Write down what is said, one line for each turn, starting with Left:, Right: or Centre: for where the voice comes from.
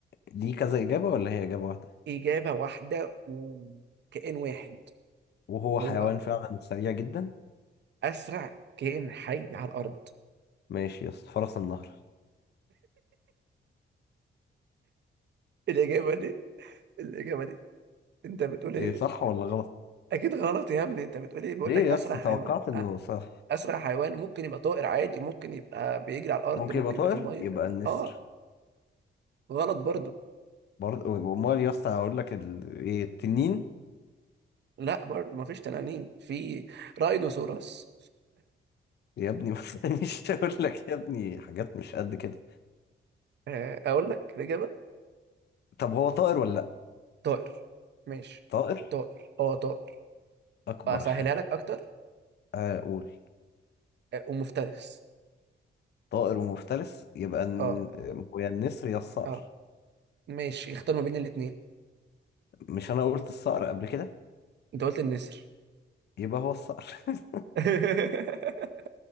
Left: ليه كذا اجابه ولا هي اجابه واحده
Right: اجابه واحده وكائن واحد
Left: وهو
Right: هو
Left: حيوان فعلا سريع جدا
Right: اسرع كائن حي على الارض
Left: ماشي يا اسطى فرس النهر
Right: الإجابة دي الإجابة دي أنت بتقول
Left: ايه
Right: إيه؟
Left: صح ولا غلط
Right: أكيد غلط يا ابني أنت بتقول إيه؟ بيقول
Left: ليه
Right: لك
Left: يا
Right: أسرع
Left: اسطى
Right: حيوان
Left: توقعت انه
Right: أ-
Left: صح
Right: أسرع حيوان ممكن يبقى طائر عادي ممكن يبقى بيجري على الأرض
Left: ممكن
Right: ممكن
Left: يبقى طائر
Right: يبقى في المية
Left: يبقى النسر
Right: أه غلط برضو
Left: برضه امال يا اسطى هقول لك ال... ايه التنين
Right: لا برضو مفيش تنانين في راينوسوراس
Left: يا ابني <laughs> بس مش هقول لك يا ابني حاجات مش قد كده
Right: آه، أقول لك الإجابة
Left: طب هو طائر ولا لا
Right: طائر ماشي
Left: طائر
Right: طائر أه طائر
Left: اكبر
Right: أسهلها
Left: حاجه
Right: لك أكتر
Left: اقول
Right: آه، ومفترس
Left: طائر ومفترس يبقى الن-
Right: أه
Left: هو يا النسر يا الصقر
Right: أه ماشي اختار ما بين الاتنين
Left: مش انا قلت الصقر قبل كده
Right: أنت قلت النسر
Left: يبقى هو الصقر <laughs>
Right: <laughs>